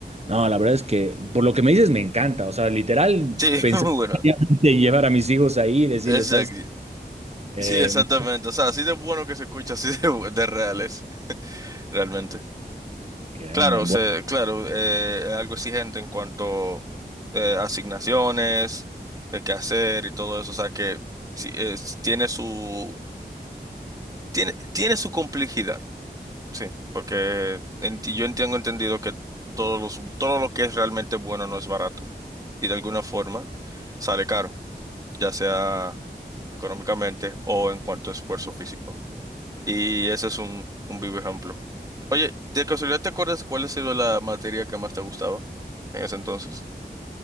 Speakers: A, on the right (about 40°); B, on the right (about 20°).
A: No, la verdad es que por lo que me dices me encanta. O sea, literal,
B: Sí,
A: pensar
B: <laughs> muy bueno.
A: seriamente en llevar a mis hijos ahí y decirles,
B: Exacto.
A: ¿sabes? Eh,
B: Sí, exactamente.
A: no,
B: O sea, así de bueno que se escucha, así de, bu- de real es, realmente.
A: que
B: Claro,
A: me han
B: se claro, eh, es algo exigente en cuanto eh, asignaciones, de qué hacer y todo eso. O sea, que sí, es- tiene su... Tiene, tiene su complejidad, sí, porque enti- yo entiendo entendido que todos los, todo lo que es realmente bueno no es barato y de alguna forma sale caro, ya sea económicamente o en cuanto a esfuerzo físico. Y ese es un, un vivo ejemplo. Oye, ¿de casualidad te acuerdas cuál ha sido la materia que más te gustaba en ese entonces?